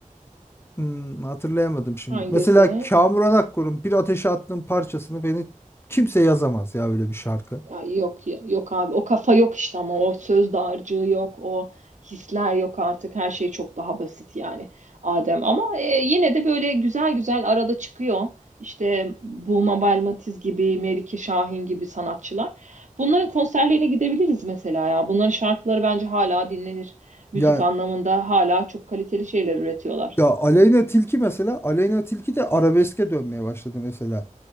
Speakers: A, on the left (about 15°); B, on the right (about 60°).
A: Hmm, hatırlayamadım şimdi.
B: Hangisi?
A: Mesela Kamuran Akkor'un Bir Ateşe Attığım parçasını beni kimse yazamaz ya öyle bir şarkı.
B: Ya yok ya- yok abi o kafa yok işte ama o söz dağarcığı yok o hisler yok artık her şey çok daha basit yani Adem ama e, yine de böyle güzel güzel arada çıkıyor işte Bulma Belmatiz gibi Melike Şahin gibi sanatçılar bunların konserlerine gidebiliriz mesela ya bunların şarkıları bence hala dinlenir müzik
A: Ya
B: anlamında hala çok kaliteli şeyler üretiyorlar.
A: ya Aleyna Tilki mesela Aleyna Tilki de arabeske dönmeye başladı mesela.